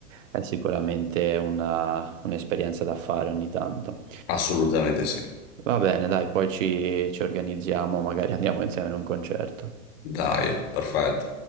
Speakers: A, on the right (about 60°); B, on the left (about 40°).
A: è sicuramente una- un'esperienza da fare ogni tanto.
B: assolutamente sì.
A: Va bene, dai, poi ci, ci organizziamo, magari andiamo insieme in un concerto.
B: Dai, perfetto.